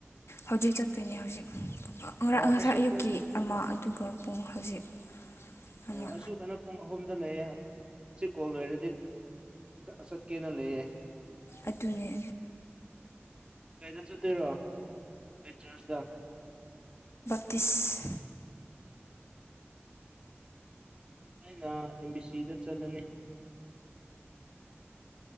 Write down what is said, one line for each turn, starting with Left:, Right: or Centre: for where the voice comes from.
Left: ꯍꯧꯖꯤꯛ ꯆꯠꯇꯣꯏꯅꯦ ꯍꯧꯖꯤꯛꯥꯡ
Right: ꯑꯣ
Left: ꯉꯁꯥꯏ
Right: ꯑꯩꯁꯨ
Left: ꯑꯌꯨꯛꯀꯤ
Right: ꯄꯨꯡ
Left: ꯑꯃ ꯑꯗꯨꯒ ꯄꯨꯡ ꯍꯧꯖꯤꯛ ꯑꯃ
Right: ꯑꯣ ꯑꯩꯁꯨ ꯀꯩꯅꯣ ꯄꯨꯡ ꯑꯍꯨꯝ ꯂꯩꯌꯦꯦ ꯁꯤ ꯀꯣꯜ ꯂꯣꯏꯔꯗꯤ ꯆꯠꯀꯦꯅ ꯂꯩꯌꯦꯦ
Left: ꯑꯗꯨꯅꯤ
Right: ꯀꯩꯗ ꯆꯠꯇꯣꯏꯔꯣ ꯀꯩ ꯆꯔꯆꯇ
Left: ꯄꯤꯤꯁ
Right: ꯑꯩꯅ ꯑꯦꯝ ꯕꯤ ꯁꯤꯗ ꯆꯠꯂꯅꯤ